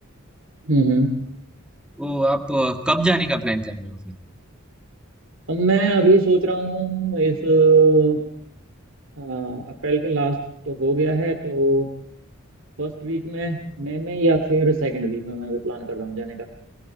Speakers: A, on the right; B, in the centre.
A: हम्म हम्म।
B: तो आप आ, कब जाने का प्लान कर रहे हो फिर
A: अब मैं अभी सोच रहा हूँ इस अ, अप्रैल के लास्ट तो हो गया है तो फर्स्ट वीक में मई में या फिर सेकंड वीक में मैं अभी प्लान कर रहा हूँ जाने का